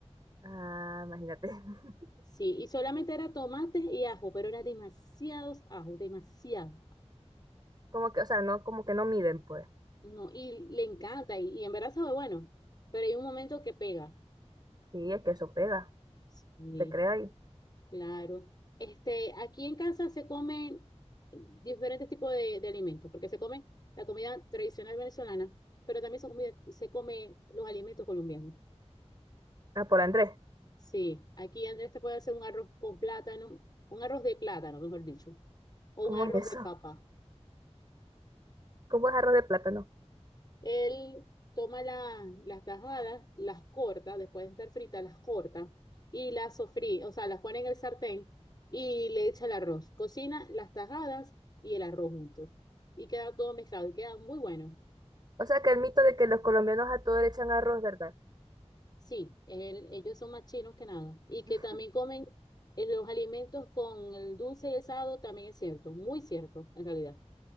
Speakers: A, on the right; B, on the left.
A: Ah, imagínate. <laughs>
B: Sí, y solamente era tomate y ajo, pero era demasiados ajos, demasiado.
A: Como que, o sea, no, como que no miden, pues.
B: No, y le encanta, y, y en verdad sabe bueno, pero hay un momento que pega.
A: Sí, es que eso pega,
B: Sí,
A: te crea ahí.
B: claro. Este, aquí en casa se comen diferentes tipos de, de alimentos, porque se come la comida tradicional venezolana, pero también se come, se come los alimentos colombianos.
A: Ah, por Andrés,
B: Sí, aquí Andrés te puede hacer un arroz con plátano, un arroz de plátano, mejor dicho, o
A: ¿cómo
B: un arroz
A: es eso?
B: de papa.
A: ¿Cómo es arroz de plátano?
B: Él toma la- las tajadas, las corta, después de estar fritas, las corta y las sofrí, o sea, las pone en el sartén y le echa el arroz. Cocina las tajadas y el arroz juntos. Y queda todo mezclado y queda muy bueno.
A: O sea que el mito de que los colombianos a todo le echan arroz, ¿verdad?
B: Sí, él- ellos son más chinos que nada. Y que
A: <laughs>
B: también comen eh, los alimentos con el dulce y el salado, también es cierto, muy cierto, en realidad.